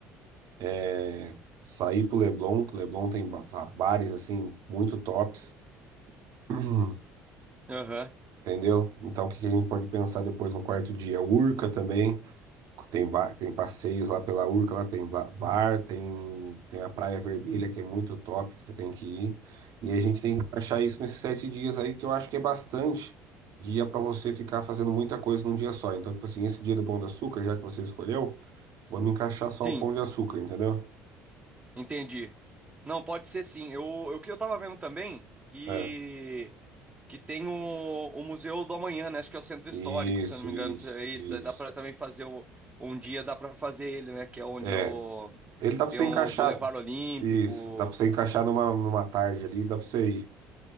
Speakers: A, on the right (about 65°); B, on the right (about 15°).
A: É, saí pro Leblon, que Leblon tem ba- va- bares assim muito tops, <clears throat>
B: Aham.
A: entendeu? Então o que que a gente pode pensar depois no quarto dia? Urca também, tem ba- tem passeios lá pela Urca, lá tem ba- bar, tem tem a Praia Vermelha que é muito top que você tem que ir. E a gente tem que achar isso nesses sete dias aí que eu acho que é bastante dia para você ficar fazendo muita coisa num dia só. Então tipo assim, esse dia do Pão de Açúcar, já que você escolheu, vou me encaixar só
B: Sim,
A: o Pão de Açúcar, entendeu?
B: entendi. Não, pode ser sim. Eu, eu, o que eu tava vendo também, que
A: É.
B: que tem o, o Museu do Amanhã, né? Acho que é o Centro Histórico,
A: Isso,
B: se eu não me engano,
A: isso,
B: se é isso.
A: isso.
B: Dá para também fazer o- um dia, dá para fazer ele, né? Que é onde
A: É,
B: o,
A: ele dá pra
B: tem
A: você
B: o
A: encaixar.
B: Boulevard Olímpico.
A: Isso, dá pra você encaixar numa, numa tarde ali, dá pra você ir.